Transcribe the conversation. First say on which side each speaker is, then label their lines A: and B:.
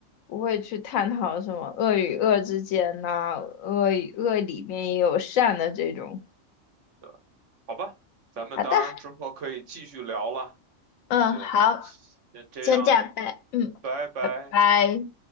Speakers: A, on the left; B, on the right.
A: 不会去探讨什么恶与恶之间呐、恶与恶里面也有善的这种。
B: 对，好吧，咱们当然之后可以继续聊了，
A: 啊，但嗯，
B: 那就先这样，
A: 好，先这样拜，嗯，
B: 拜拜。
A: 拜拜。